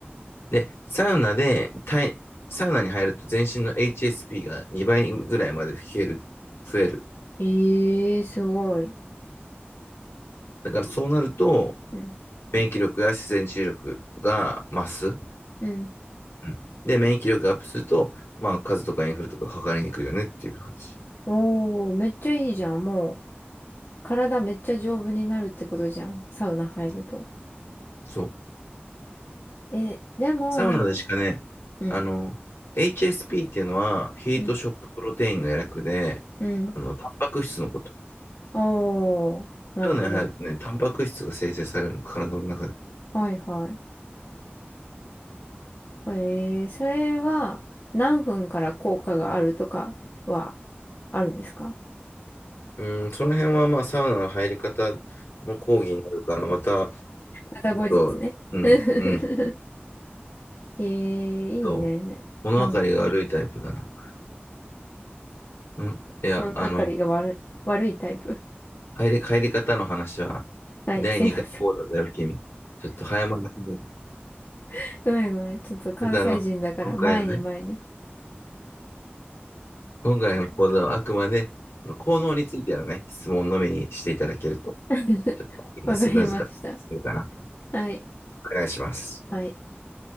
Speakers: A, on the left; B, on the left.
A: で、サウナで体、サウナに入ると全身の HSP が2倍ぐらいまで増える。増える。
B: ええーすごい。
A: だからそうなると、
B: うん。
A: 免疫力や自然治癒力が増す。
B: うん。
A: うん、で、免疫力がアップすると、まあ、風邪とかインフルとかかかりにくいよねっていう話。
B: おー、めっちゃいいじゃん、もう。体めっちゃ丈夫になるってことじゃん。サウナ入ると。
A: そう。
B: え、でも、
A: サウナでしかね、
B: なん、うん、
A: あの、HSP っていうのは、ヒートショックプロテインの略で、
B: うん、うん。
A: あの、タンパク質のこと。
B: おー、なるほど。
A: サウナに入るとね、タンパク質が生成されるの、体の中で。
B: はいはい。えー、それは何分から効果があるとかはあるんですか
A: うん、その辺は、まあ、サウナの入り方の講義になるから、また、
B: また後日ね。
A: ちょっと、
B: <laughs>
A: うん、
B: え
A: うん、ちょ
B: ー、いいね。
A: っと、物分かりが悪いタイプだな。
B: なん、ん
A: うん、いや、
B: 物分かりが悪い、
A: あの、
B: 悪いタイプ。
A: 帰り、帰り方の話は、
B: はい、
A: 第2回講座だよ、
B: すいません。
A: 君。ちょっと早まりすぎ
B: <laughs> ごめんごめん。ちょっと関西人だから前に前に。
A: ちょっとあの、今回のね、今回の講座はあくまで、あの効能についてのね、質問のみにしていただけると、
B: <laughs>
A: ちょっと講義がスムーズ化するかなと。
B: わかりました。はい、
A: お願いします。
B: はい。